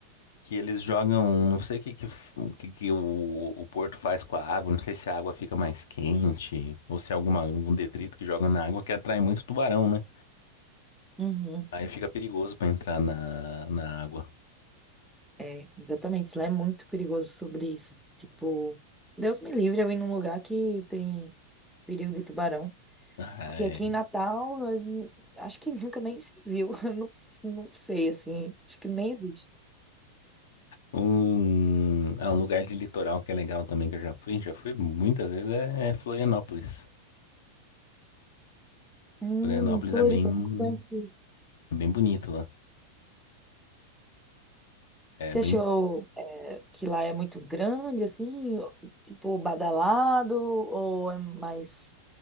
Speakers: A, on the left; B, in the centre.
A: que eles jogam, um, não sei o que, que, o, que, que o, o Porto faz com a água, não sei se a água fica mais quente ou se é alguma, algum detrito que joga na água que atrai muito tubarão, né?
B: uhum,
A: Aí fica perigoso pra entrar na, na água.
B: é, exatamente. Lá é muito perigoso sobre isso. Tipo, Deus me livre eu ir num lugar que tem perigo de tubarão.
A: Ah,
B: Porque
A: é.
B: aqui em Natal, nós n- acho que nunca nem se viu. <laughs> Eu não, não sei, assim. Acho que nem existe.
A: Um, ah, um lugar de litoral que é legal também, que eu já fui, já fui muitas vezes, é, é Florianópolis.
B: Hum,
A: Florianópolis
B: Floripa,
A: é bem,
B: nunca conheci.
A: é bem bonito lá. É
B: Você
A: bem.
B: achou eh, que lá é muito grande, assim? ou- Tipo, badalado? Ou é mais